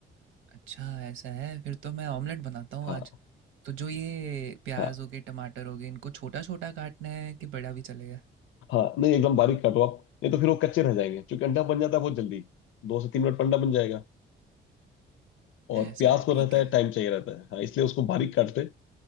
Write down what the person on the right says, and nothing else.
अच्छा ऐसा है फिर तो मैं ऑमलेट बनाता हूँ
आज तो जो ये प्याज
हो गए टमाटर हो गए इनको छोटा छोटा काटना है कि बड़ा भी चलेगा
ऐसा
है
ठीक
है